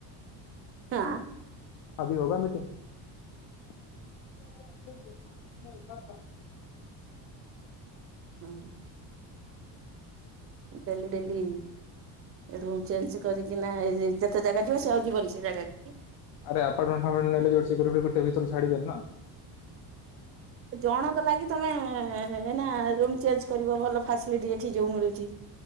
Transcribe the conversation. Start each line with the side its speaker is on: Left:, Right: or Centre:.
Right: ହଁ।
Left: ଆଭି ହୋଗା ମିତ୍ର
Right: ହଁ। ଆ ଡେଲି ଡେଲି ଏ ରୁମ ଚେଞ୍ଜ କରିକି ନା ଯେତେ ଜାଗା ଯିବ ସେ ଆଉ ଯିବନି ସେ ଜାଗା କି
Left: ଆରେ ଆପାର୍ଟେଣ୍ଟ ଫାପାର୍ଟମେଣ୍ଟରେ ରୋଷେଇ କରିବାକୁ ସେ ଭିତରୁ ଛାଡୁଚନ୍ତି ନା?
Right: ଜଣଙ୍କ ଲାଗି ତମେନା ରୁମ ଚେଞ୍ଜ କରିବ ଭଲ ଫାସିଲିଟି ଏଠି ଯୋଉ ମିଳୁଚି।